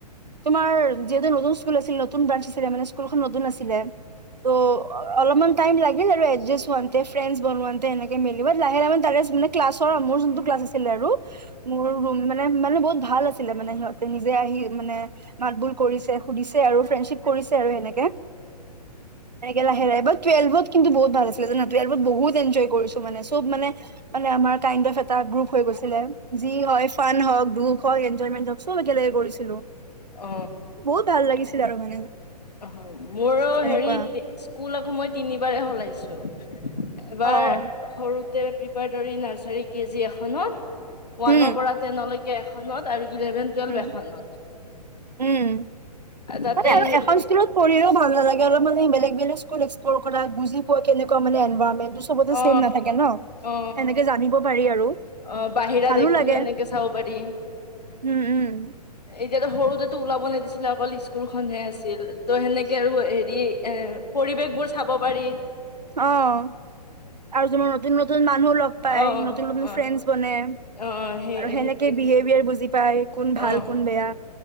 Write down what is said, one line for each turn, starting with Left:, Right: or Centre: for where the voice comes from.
Right: তোমাৰ যিহেতু নতুন স্কুল আছিল নতুন ব্ৰাঞ্চ আছিলে মানে স্কুলখন নতুন আছিলে ত অলপমান চাইড লাগিল আৰু একজাচ একজাচ হওতে ফ্ৰেচ বনাওতে এনেকে মেলিব লাহে লাহে তাৰে মই ক্লাছৰ মোৰ যোনটো ক্লাছ আছে আছিল আৰু মোৰ <unintelligible> মানে মানে বহুত ভাল আছিলে মানে সিহঁতে নিজে আহি মানে মাত বোল কৰিছে সুধিছে আৰু ফ্ৰেডশ্বিপ কৰি কৰিছে আৰু এনেকে এনেকে লাহে লাহে বাট টোৱেলভত কিন্তু বহুত ভাল আছিলে জানা টোৱেলভত বহুত এনজয় কৰিছো মানে চব মানে মানে আমাৰ কাইড অফ এটা গ্ৰুপ হৈ গৈছিলে যি হয় ফান হওক দুখ দুখ হওক এনজয়মেন্ট হওক চব একেলগে কৰিছিলো
Left: অ
Right: বহুত ভাল লাগিছিল আৰু মানে
Left: অ', মোৰো
Right: এনেকুৱা।
Left: হেৰি স্কুল আকৌ মই তিনিবাৰে সলাইছো এবাৰ
Right: অ',
Left: সৰুতে প্ৰিপাৰডৰি, নাৰ্চাৰী, কে জি এখনত ওৱানৰ
Right: উম,
Left: পৰা টেইনলৈকে এখনত আৰু ইলেভেন টুৱেলভ
Right: উম,
Left: এখনত,
Right: উম।
Left: তাতে
Right: মানে আৰু
Left: হে
Right: <unintelligible> ভাল নালাগে অলপমান বেলেগ বেলেগ স্কুলত এক্সপ্লৰ কৰা বুজি পোৱা কেনেকুৱা মানে এনভাৰনমেট চবতো
Left: অ
Right: চেম নাথাকে ন
Left: অ
Right: সেনেকে জানিব পাৰি আৰু
Left: অ বাহিৰা
Right: ভালো
Left: দেশখনো
Right: লাগে
Left: এনেকে চাব পাৰি
Right: উম-উম
Left: এতিয়াতো সৰুতেো ওলাব নিদিছিলে অকল স্কুলখনহে আছিল ত' সেনেকে আৰু হেৰি এ পৰিৱেশবোৰ চাব পাৰি।
Right: অ', আৰু তোমাৰ নতুন নতুন মানুহ লগ পাই
Left: অ
Right: নতুন নতুন
Left: অ
Right: ফ্ৰেড আৰু
Left: অ সেই
Right: সেনেকে
Left: সেইটোৱে
Right: বিহেভিয়াৰ বুজি পাই কোন ভাল
Left: অ
Right: কোন বেয়া